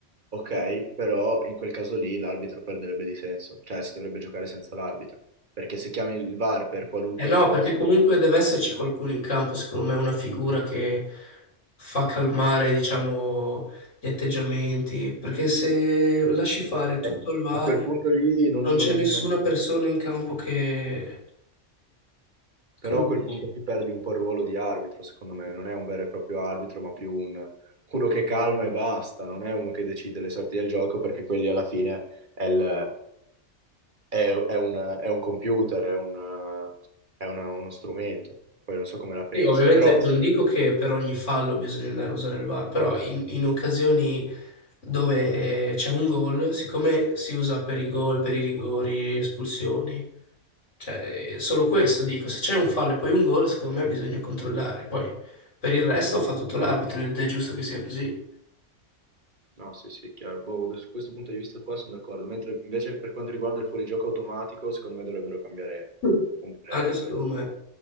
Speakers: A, on the right; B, on the left.
A: Ok, però in quel caso lì l'arbitro perderebbe di senso, cioè si dovrebbe giocare senza l'arbitro, perché se chiami il VAR per qualunque
B: Eh no,
A: cosa,
B: perché comunque deve esserci qualcuno in campo, secondo me, una figura che fa calmare, diciamo, gli atteggiamenti, perché se lasci fare tutto
A: eh,
B: al VAR
A: a quel punto lì non,
B: non c'è
A: non-
B: nessuna
A: non-
B: persona in campo che...
A: però
B: Come
A: a quel
B: dici?
A: punto lì perdi un po' il ruolo di arbitro, secondo me, non è un vero e proprio arbitro, ma più un, uno che calma e basta, non è uno che decide le sorti del gioco, perché quelli alla fine è, il- è- è un, è un computer, è, un- è una- uno strumento, poi non so come la pensi,
B: Sì, ovviamente
A: però...
B: non dico che per ogni fallo bisogna andare a usare il VAR, però in, in occasioni dove c'è un gol, siccome si usa per i gol, per i rigori, espulsioni, cioè eh, solo questo dico, se c'è un fallo e poi un gol, secondo me bisogna controllare. Poi per il resto fa tutto l'arbitro ed è giusto che sia così.
A: No, sì, sì, è chiaro. Boh, da su questo punto di vista qua sono d'accordo. Mentre invece per quanto riguarda il fuorigioco automatico, secondo me dovrebbero cambiare
B: Mm.
A: un po' le
B: Anche
A: regole.
B: secondo me.